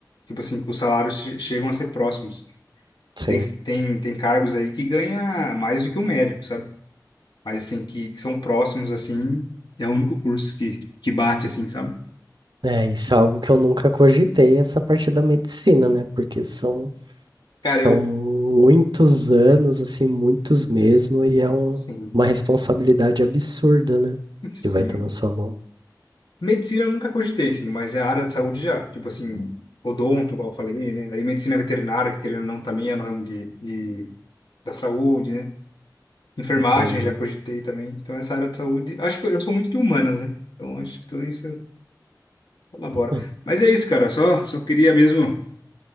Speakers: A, on the left (about 80°); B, on the right (about 85°).
A: Tipo assim, que os salários che- chegam a ser próximos.
B: Sim.
A: Tem, tem, tem cargos aí que ganha mais do que um médico, sabe? Mas assim, que, que são próximos, assim, é o único curso que, que bate, assim, sabe?
B: É, isso é algo que eu nunca cogitei, essa parte da medicina, né? Porque são,
A: Cara,
B: são
A: eu.
B: muitos anos, assim, muitos mesmo, e é um-
A: Sim,
B: uma responsabilidade absurda, né?
A: <laughs> sim.
B: Que vai estar na sua mão.
A: Medicina eu nunca cogitei, sim, mas é a área de saúde já. Tipo assim, odonto, igual eu falei, né? Aí medicina veterinária, que querendo ou não, também é no ramo de, de, da saúde, né? Enfermagem
B: Entendi.
A: já cogitei também. Então, essa área de saúde. Acho que eu, eu sou muito de humanas, né? Então, acho que tudo isso colabora.
B: Hum,
A: Mas é isso, cara. Só, só queria mesmo.